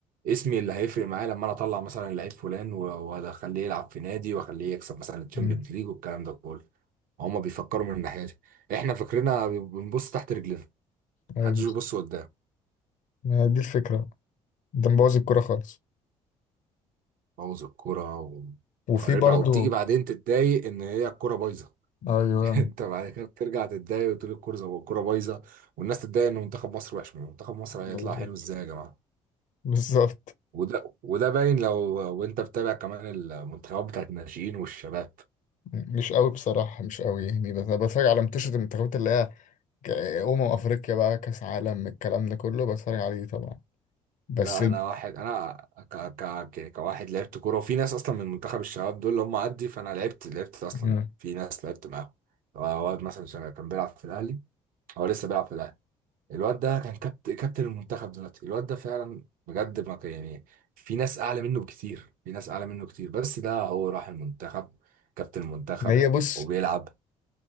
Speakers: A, on the right; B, on the left.
A: اسمي اللي هيفرق معايا لما انا اطلع مثلا لعيب فلان و- واخليه يلعب في نادي واخليه يكسب مثلا الشامبيونز
B: مم.
A: ليج والكلام ده كله هم بيفكروا من الناحية دي احنا فكرنا بنبص تحت رجلنا
B: ايوه
A: محدش
B: بالظبط
A: بيبص قدام
B: ما هي دي الفكرة ده مبوظ الكورة خالص
A: بوظ الكرة
B: وفي
A: وخاربة
B: برضو
A: وبتيجي بعدين تتضايق ان هي الكرة بايظة
B: ايوه
A: <laughs> انت بعد كده بترجع تتضايق وتقول الكوره زي الكوره بايظه والناس تتضايق ان منتخب مصر وحش ما منتخب مصر هيطلع
B: بالظبط
A: حلو ازاي يا جماعه
B: بالظبط
A: وده وده باين لو وانت بتابع كمان المنتخبات بتاعت الناشئين والشباب
B: مش قوي بصراحة مش قوي يعني بس أنا بتفرج على منتشرة المنتخبات اللي هي ك- أمم أفريقيا بقى كأس عالم الكلام ده كله بتفرج عليه طبعا بس
A: لا
B: ج-
A: انا واحد انا ك ك ك- كواحد لعبت كوره وفي ناس اصلا من منتخب الشباب دول اللي هم عدي فانا لعبت لعبت اصلا
B: مم.
A: في ناس لعبت معاهم واد مثلا كان بيلعب في الاهلي هو لسه بيلعب في الاهلي الواد ده كان كابتن كابتن المنتخب دلوقتي الواد ده فعلا بجد ما كان- يعني في ناس اعلى منه بكتير في ناس اعلى منه كتير بس ده هو راح المنتخب كابتن المنتخب
B: هي بص
A: وبيلعب